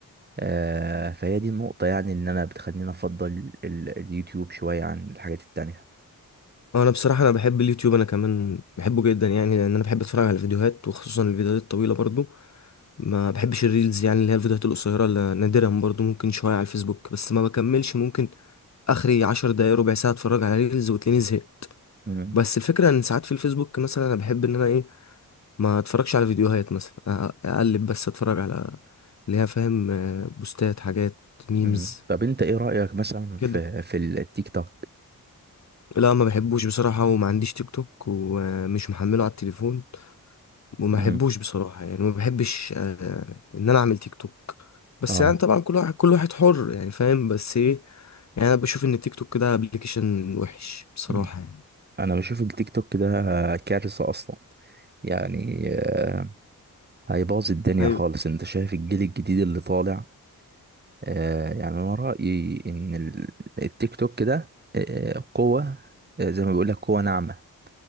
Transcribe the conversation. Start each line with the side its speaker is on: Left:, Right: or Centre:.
Right: آه فهي دي النقطة يعني إن أنا بتخليني أفضل ال- اليوتيوب شوية عن الحاجات التانية
Left: انا بصراحه انا بحب اليوتيوب انا كمان بحبه جدا يعني لان انا بحب اتفرج على الفيديوهات وخصوصا الفيديوهات الطويله برضو ما بحبش الريلز يعني اللي هي الفيديوهات القصيره اللي نادرا برضو ممكن شويه على الفيسبوك بس ما بكملش ممكن اخري 10 دقايق ربع ساعه اتفرج على ريلز وتلاقيني زهقت
Right: مم.
Left: بس الفكره ان ساعات في الفيسبوك مثلا انا بحب ان انا ايه ما اتفرجش على فيديوهات مثلا أ- اقلب بس اتفرج على اللي هي فاهم آه، بوستات حاجات ميمز
Right: مم. طب أنت إيه رأيك مثلا
Left: كده
Right: في في التيك توك؟
Left: لا ما بحبوش بصراحه وما عنديش تيك توك ومش محمله على التليفون وما
Right: مم.
Left: بحبوش بصراحة يعني ما بحبش آه، ان انا اعمل تيك توك بس
Right: اه
Left: يعني طبعا كل واحد كل واحد حر يعني فاهم بس ايه يعني انا بشوف ان التيك توك ده ابلكيشن وحش بصراحة
Right: مم.
Left: يعني
Right: أنا بشوف التيك توك ده كارثة أصلا يعني آه هيبوظ الدنيا
Left: ايوه
Right: خالص أنت شايف الجيل الجديد اللي طالع آه يعني أنا رأيي إن ال- التيك توك ده آه قوة آه، زي ما بيقول لك قوة ناعمة